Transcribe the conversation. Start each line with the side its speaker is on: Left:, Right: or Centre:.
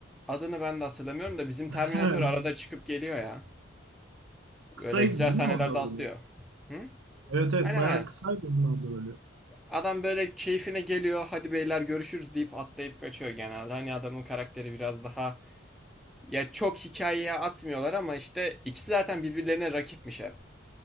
Centre: Adını ben de hatırlamıyorum da bizim
Right: <laughs>
Centre: Terminator
Right: Evet.
Centre: arada çıkıp geliyor ya.
Right: Kısaydı
Centre: Böyle güzel
Right: değil
Centre: sahnelerde
Right: mi orada rolü?
Centre: atlıyor. Hı?
Right: Evet evet
Centre: Aynen
Right: bayağı
Centre: aynen.
Right: kısaydı onun orada rolü.
Centre: Adam böyle keyfine geliyor hadi beyler görüşürüz deyip atlayıp kaçıyor genelde. Hani adamın karakteri biraz daha ya çok hikayeye atmıyorlar ama işte ikisi zaten birbirlerine rakipmiş hep.